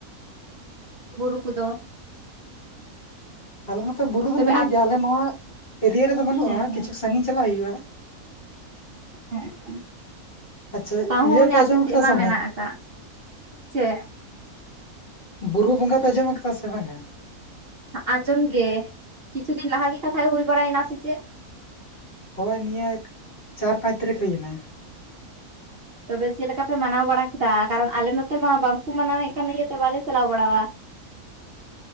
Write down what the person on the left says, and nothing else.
ᱟᱞᱮ ᱱᱚᱛᱚ ᱵᱩᱨᱩ
ᱫᱚ ᱢᱮᱱᱟᱜ
ᱜᱮᱭᱟ ᱟᱞᱮ ᱱᱚᱣᱟ ᱮᱨᱤᱭᱟ ᱨᱮᱫᱚ ᱵᱟᱹᱱᱩᱜᱼᱟ
ᱠᱤᱪᱷᱩ ᱥᱟᱺᱜᱤᱧ ᱪᱟᱞᱟᱜ ᱦᱩᱭᱩᱜᱼᱟ
ᱟᱪᱪᱷᱟ
ᱤᱭᱟᱹ ᱯᱮ
ᱟᱸᱡᱚᱢ
ᱠᱟᱫᱟ
ᱥᱮ ᱵᱟᱝᱟ
ᱵᱩᱨᱩ ᱵᱚᱸᱜᱟ ᱯᱮ ᱟᱸᱡᱚᱢ ᱟᱠᱟᱫᱟ ᱥᱮ ᱵᱟᱝᱟ
ᱦᱳᱭ ᱱᱤᱭᱟᱹ ᱪᱟᱨ ᱯᱟᱸᱪ ᱛᱟᱹᱨᱤᱠᱷ ᱦᱩᱭᱱᱟ